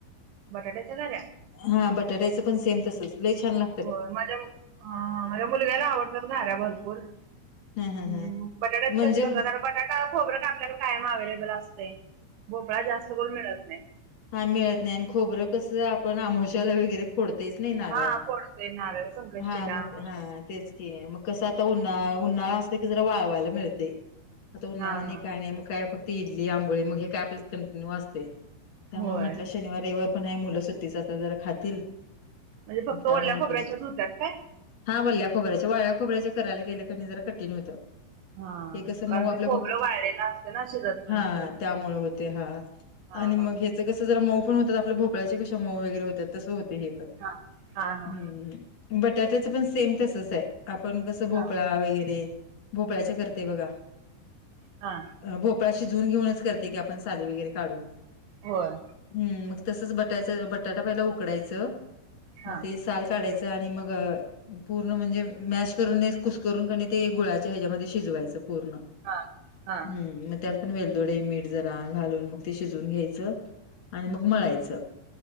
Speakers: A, on the right; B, on the left.
A: बटाटाचाधार.
B: हा बटाट्याचं पण सेम तसच लई छान लागत.
A: होय माझ्या अ माझ्या मुलग्याला आवडतात घाऱ्या भरपूर
B: हं,
A: हम्म
B: हं, हं.
A: मग बटाट्याचे
B: म्हणजे
A: कसे करता कारण बटाटा खोबरं काय आपल्याकडे कायम अव्हेलेबल असतंय. भोपळा जास्त करून मिळत नाही.
B: हा मिळत नाही आणि खोबरं कसं आपण आमोवश्याला वगैरे फोडतो. तेच नय नारळ
A: हा फोडतोय नारळ संकष्टीला
B: हा मग
A: अमावश्याला.
B: हा तेचं कि म कस आत्ता उन्हाळा उन्हाळा असतो. ते कसं जरा वाळवायला मिळतंय आत्ता उन्हाळा
A: हा
B: नाही
A: हा
B: काय नाही मग काय फक्त इडली आंबोळी मग हे काय <unintelligible> त्यामुळं
A: होय
B: म्हंटल शनिवार रविवार पण आहे मुलं सुट्टीचं असल्यावर जरा खाता. तील
A: म्हणजे फक्त ओल्या
B: त्यामुळ
A: खोबऱ्याच्याच
B: केल.
A: होत्यात काय?
B: हा वल्ल्या खोबऱ्याच्या वाळ्या खोबऱ्याच्या करायला गेलं कि नाही जरा कठीण होतंय.
A: हा
B: हे कस मग
A: कारण
B: आपल्या
A: ते खोबरं
B: भोप
A: वाळलेलं असतं ना शिजत पण
B: हा
A: नाही लवकर.
B: त्यामुळे होत. हा
A: हा
B: आणि
A: हा
B: मग हेच कसं जरा मऊ पण होतात आपल्या भोपळ्याचे कशा मऊ वगैरे होतात तसं होतंय हे पण
A: हा हा हा.
B: हम्म बटाट्याच पण सेम तसच आहे आपण कसं भोपळा
A: हा
B: वगैरे भोपळ्याचे करते बघा.
A: हां.
B: भोपळा शिजवून घेऊनच करते की आपण साली वगैरे काढून
A: होय.
B: हम्म मग तसच बटायच बटाटा पहिला उकडायच मग
A: हा
B: त्याची साल. काढायचं आणि मग पूर्ण म्हणजे मॅश करून कुसकरून कनी ते गुळाच्या ह्याच्यामध्ये शिजवायचं पूर्ण
A: हा हा
B: हम्म मग त्यात पण वेलदोडे, मीठ जरा घालून मग ते शिजवून घ्यायचं. आणि
A: हम्म.
B: मग मळायचं